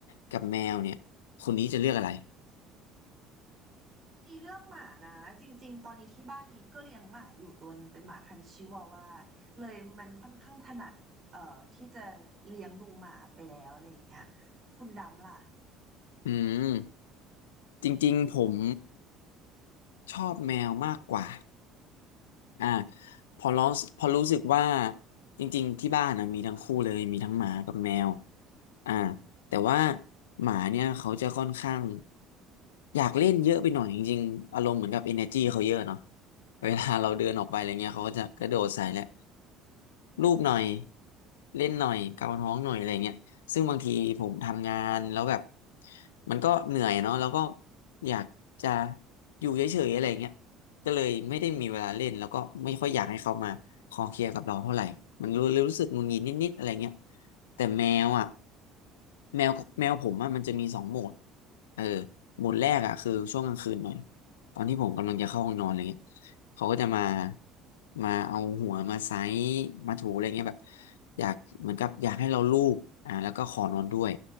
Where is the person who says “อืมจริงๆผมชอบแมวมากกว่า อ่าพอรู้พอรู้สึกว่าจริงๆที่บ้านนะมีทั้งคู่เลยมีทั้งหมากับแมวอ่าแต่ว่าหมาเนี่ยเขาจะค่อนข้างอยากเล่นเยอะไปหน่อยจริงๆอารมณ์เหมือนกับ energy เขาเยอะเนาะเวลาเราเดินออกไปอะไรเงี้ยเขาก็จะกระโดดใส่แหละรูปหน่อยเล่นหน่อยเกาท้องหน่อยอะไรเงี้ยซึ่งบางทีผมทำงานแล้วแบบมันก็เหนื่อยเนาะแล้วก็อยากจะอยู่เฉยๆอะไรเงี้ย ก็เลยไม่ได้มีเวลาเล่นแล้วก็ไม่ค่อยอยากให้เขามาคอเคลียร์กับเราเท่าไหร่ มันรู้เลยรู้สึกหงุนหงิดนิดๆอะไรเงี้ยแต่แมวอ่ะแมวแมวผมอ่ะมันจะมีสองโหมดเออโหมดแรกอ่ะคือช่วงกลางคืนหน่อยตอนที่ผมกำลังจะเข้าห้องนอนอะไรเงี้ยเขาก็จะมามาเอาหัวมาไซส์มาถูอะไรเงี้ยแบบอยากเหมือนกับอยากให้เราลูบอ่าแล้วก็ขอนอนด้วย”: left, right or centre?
Left